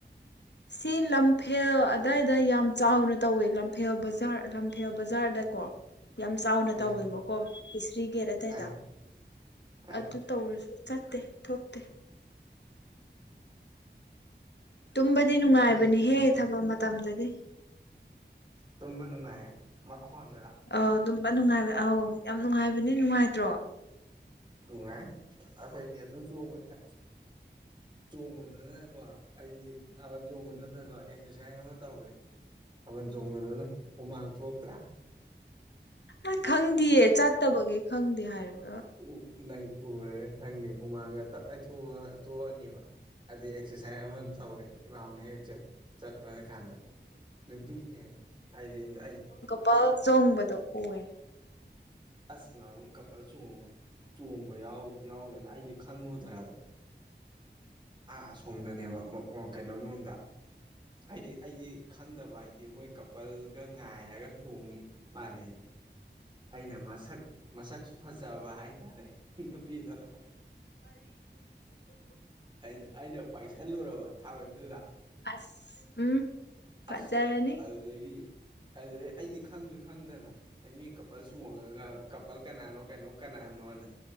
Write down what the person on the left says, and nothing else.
ꯁꯤ ꯂꯝꯐꯦꯜ ꯑꯗꯥꯋꯥꯏꯗ ꯌꯥꯝ ꯆꯥꯎꯅ ꯇꯧꯋꯦ ꯂꯝꯐꯦꯜ ꯕꯖꯥꯔ ꯂꯝꯐꯦꯜ ꯕꯖꯥꯔꯗ ꯀꯣ ꯌꯥꯝ ꯆꯥꯎꯅ
ꯇꯧꯋꯦꯕꯀꯣ ꯏꯁꯤꯁꯇ꯭ꯔꯤ ꯒꯦꯠ ꯑꯗꯨꯏꯗ
ꯑꯗꯨ ꯇꯧꯔꯁꯨ ꯆꯠꯇꯦ ꯊꯣꯛꯇꯦ ꯇꯨꯝꯕꯗꯤ ꯅꯨꯡꯉꯥꯏꯕꯅꯤꯍꯦ
ꯊꯝꯕ ꯃꯇꯝꯗꯗꯤ
ꯑ ꯑꯗꯨꯝꯕ ꯅꯨꯡꯉꯥꯏꯕ ꯑꯧ ꯌꯥꯝ ꯅꯨꯡꯉꯥꯏꯕꯅꯦ ꯅꯨꯡꯉꯥꯏꯇ꯭ꯔꯣ
ꯑ ꯈꯪꯗꯦꯌꯦ ꯆꯠꯇꯕꯒꯤꯦ ꯈꯪꯗꯦ ꯍꯥꯏꯔꯒ
ꯄꯜ ꯆꯣꯡꯕꯗꯣ ꯎꯑ
ꯑꯁ ꯎꯝ ꯐꯖꯔꯅꯤ